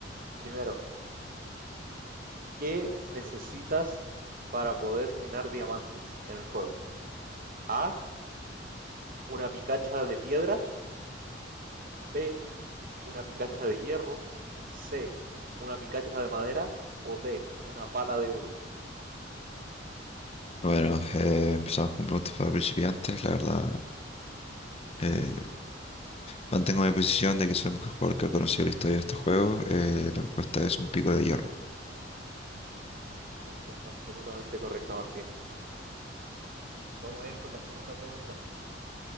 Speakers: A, on the right (about 50°); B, on the left (about 35°).
A: Primero, ¿Qué necesitas para poder minar diamantes en el juego? A, una picacha de piedra, B, una picacha de hierro, C, una picacha de madera o D, una pala de oro.
B: Bueno, eh, empezamos con preguntas para principiantes. La verdad, eh, mantengo mi posición de que soy el mejor jugador que ha conocido la historia de este juego. Eh, la respuesta es un pico de hierro.
A: Respuesta absolutamente correcta, Martín. Vamos a ir con la segunda pregunta.